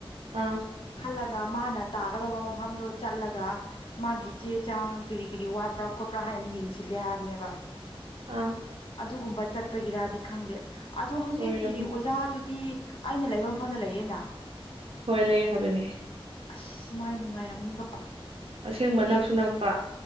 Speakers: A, on the right; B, on the left.
A: ꯑꯥ
B: ꯈꯜꯂꯒ ꯃꯥꯅ ꯇꯥꯒꯗꯧꯕ ꯃꯐꯝꯗꯣ ꯆꯠꯂꯒ ꯃꯥꯒꯤ ꯆꯦ ꯆꯥꯡ ꯀꯔꯤ ꯀꯔꯤ ꯋꯥꯠꯄ꯭ꯔꯥ ꯈꯣꯠꯄ꯭ꯔꯥ ꯍꯥꯏꯅ ꯌꯦꯡꯁꯤꯜꯂꯦ ꯍꯥꯏꯕꯅꯦꯕ
A: ꯑꯥ
B: ꯑꯗꯨꯒꯨꯝꯕ ꯆꯠꯄꯒꯤꯔꯗꯤ ꯈꯪꯗꯦ ꯑꯗꯣ ꯍꯧꯖꯤꯛꯀꯤ
A: ꯑꯣꯏꯔꯝꯅꯤ
B: ꯑꯣꯖꯥꯗꯨꯗꯤ ꯑꯩꯅ ꯂꯩꯐꯝ ꯃꯐꯝꯗ ꯂꯩꯌꯦꯅ
A: ꯍꯣꯏ ꯂꯩ ꯍꯥꯏꯕꯅꯤ
B: ꯑꯁ ꯃꯥꯗꯤ ꯅꯨꯡꯉꯥꯏꯔꯝꯅꯤꯀꯣ
A: ꯑꯁꯦꯡꯕ
B: ꯍꯥꯏꯗꯤ
A: ꯅꯛꯁꯨ ꯅꯛꯄ